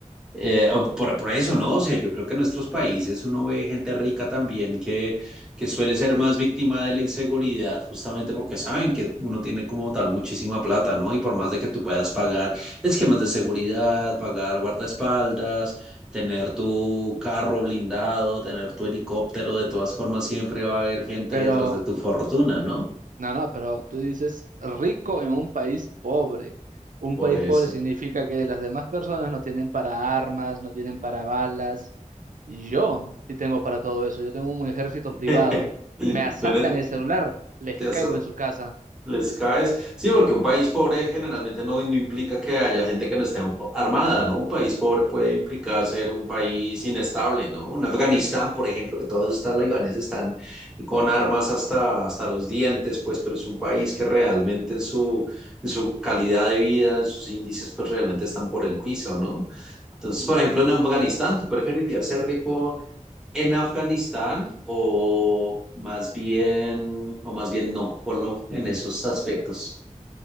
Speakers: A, in the centre; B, on the right.
A: Eh, o por, por eso, ¿no? O sea, yo creo que en nuestros países uno ve gente rica también que, que suele ser más víctima de la inseguridad, justamente porque saben que uno tiene como tal muchísima plata, ¿no? Y por más de que tú puedas pagar esquemas de seguridad, pagar guardaespaldas, tener tu carro blindado, tener tu helicóptero, de todas formas siempre va a haber gente
B: pero,
A: detrás de tu fortuna, ¿no?
B: no, no, pero tú dices rico en un país pobre. Un
A: Por
B: país
A: eso.
B: pobre significa que las demás personas no tienen para armas, no tienen para balas. Y yo sí tengo para todo eso. Yo tengo un ejército
A: <laughs>
B: privado. Me asaltan
A: ¿Dónde
B: el celular, les
A: te has
B: caigo en su casa.
A: les caes. Sí, porque un país pobre generalmente no, no implica que haya gente que no esté armada, ¿no? Un país pobre puede implicar ser un país inestable, ¿no? Un Afganistán, por ejemplo, que todos estos talibanes están con armas hasta, hasta los dientes, pues, pero es un país que realmente en su, en su calidad de vida, en sus índices, pues realmente están por el piso, ¿no? Entonces,
B: Mm,
A: por ejemplo, en Afganistán, ¿tú preferirías ser rico? en Afganistán o más bien, o más bien no, ponlo en esos aspectos.